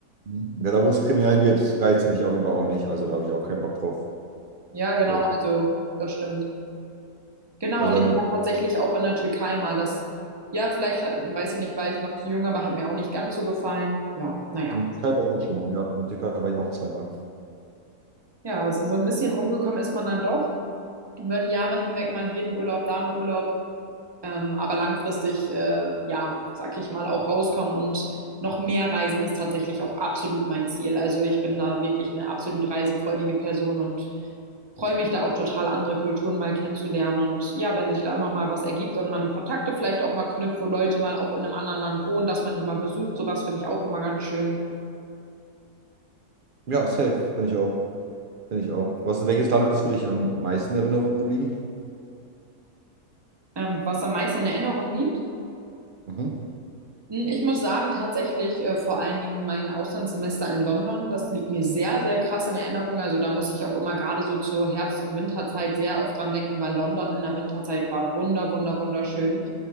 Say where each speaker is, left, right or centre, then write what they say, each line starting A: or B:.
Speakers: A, on the right; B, on the right.
A: Mhm. Ja, da wo es kriminell wird, reizt mich auf jeden Fall auch nicht. Also da habe ich auch keinen Bock drauf.
B: Ja, genau,
A: So.
B: also das stimmt. Genau,
A: Also
B: und
A: dann
B: ich war
A: lieber.
B: tatsächlich auch in der Türkei mal das, ja, vielleicht, hat- weiß ich nicht, war ich noch zu jung, aber hat mir auch nicht ganz so gefallen. Ja, naja.
A: In der Türkei war ich auch schon mal. Ja, in der Türkei war ich auch zweimal.
B: Ja, Ja, also so ein bisschen rumgekommen ist man dann doch. Über die Jahre hinweg mal hier in Urlaub, da in Urlaub. Ähm, aber langfristig, äh, ja, sag ich mal, auch rauskommen und noch mehr reisen ist tatsächlich auch absolut mein Ziel. Also ich bin da wirklich eine absolut reisefreudige Person und freue mich da auch total, andere Kulturen mal kennenzulernen. Und ja, wenn sich da immer mal was ergibt und man Kontakte vielleicht auch mal knüpft, wo Leute mal auch in einem anderen Land wohnen, dass man die mal besucht, sowas finde ich auch immer ganz schön.
A: Ja, safe, finde ich auch. Finde ich auch. Was, welches Land ist für dich am meisten in Erinnerung geblieben?
B: Ähm, was am meisten in Erinnerung liegt?
A: Mhm.
B: Hm, Ich muss sagen, tatsächlich äh, vor allen Dingen mein Auslandssemester in London, das liegt mir sehr, sehr krass in Erinnerung. Also da muss ich auch immer gerade so zur Herbst- und Winterzeit sehr oft dran denken, weil London in der Winterzeit war wunder, wunder, wunderschön.